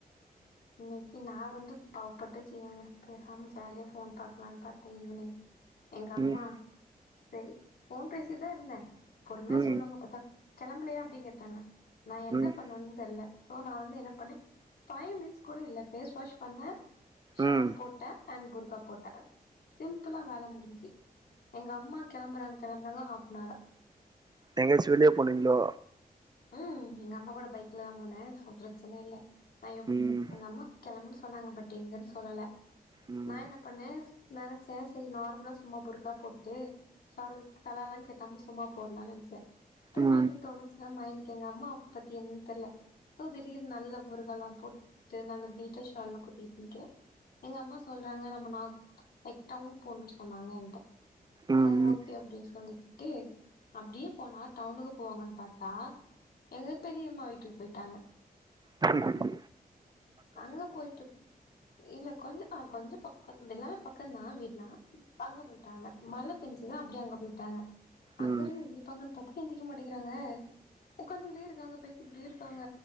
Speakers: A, on the left; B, on the right.
A: இன்னைக்கு நா வந்து பாவ்பட்ட ஜீவன்ங்க பேசாம ஜாலியா ஃபோன் பாக்கலா பாத்த ஈவ்னிங் எங்க அம்மா
B: ம்
A: சரி ஃபோன் பேசிட்டுதா இருந்த பொறுமையா
B: ம்
A: சொல்லுவாங்க பாத்தா கெளம்பலையா அப்டி கேட்டாங்க நா என்ன
B: ம்
A: பண்ணன்னு தெர்ல சோ நா வந்து என்ன பண்ண ஃபைவ் மினிட்ஸ் கூட இல்ல ஃபேஸ் வாஷ் பண்ண ஷால்
B: ம்
A: போட்ட அன் புர்கா போட்ட சிம்புளா வேல முடிஞ்சு எங்க அம்மா கெளம்பறாங்க கெளம்பறாங்க ஹாஃப்னாரா
B: எங்கயாச்சி வெளிய போனிங்களோ
A: ம் எங்க அம்மா கூட பைக்ல தா போன சோ பிரச்சன இல்ல நா எப்
B: ம்
A: எங்க அம்மா கெளம்புன்னு சொன்னாங்க பட் எங்கன்னு சொல்லல
B: ம்
A: நா என்ன பண்ண நனச்ச சரி நார்மலா சும்மா புர்கா போட்டு ஷாலு தலல்லா கெட்டாம சும்மா போடலானு நனைச்ச‌ திரும்ப
B: ம்
A: என்ன தோணுச்சு எ மயிண்டுக்கு எங்க அம்மாவ பத்தி இன்னு தெர்ல சோ திடீர்து நல்ல புர்கால்லா போட்டு நல்ல நீட்டா ஷால்லா குத்திட்டு நிக்கிற எங்க அம்மா சொல்றாங்க நம்ம நா லைக் டவுன் போணுன்னு சொன்னாங்க என்ட்ட
B: ம்.
A: சோ ஓகே அப்டின்னு சொல்லிக்கிட்டு அப்டியே போனா டவுனுக்கு போவாங்கன்னு பாத் தா எங்க பெரியம்மா வீட்டுக்கு போயிட்டாங்க
B: பங்கங்க
A: அங்க போய்ட்டு இல்ல கொஞ்சோ அ கொஞ்சோ பக்க எல்லாமே பக்கந்தா வீடுலா அங்க போய்ட் டாங்க மழ பேஞ்சுதா அப்டே அங்க போயிட்டாங்க அங்க
B: ம்
A: இருந்து எந்திப்பாங்கன்னு பாத்தா எந்திக்க மாட்டேங்கிறாங்க உட்காந்துக்கிட்டே இருக்காங்க பேசிக்கிட்டே இருக்காங்க